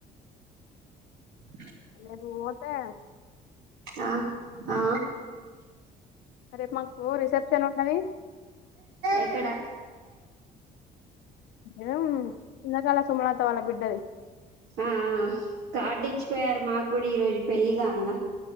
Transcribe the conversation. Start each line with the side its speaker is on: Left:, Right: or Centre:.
Right: అ
Left: వాలు ఏమో పోతే
Right: ఆ ఆ
Left: రేపు మాకు ఓ రిసెప్షన్ ఉన్నది
Right: ఎక్కడ
Left: ఏ చిన్నకాల సుమలాత వాళ్ళ బిడ్డది
Right: మ్మ్ మ్మ్ ఆ కార్డు ఇచ్చిపోయారు మాకు కూడా ఈ రోజు పెళ్లిిగా అన్న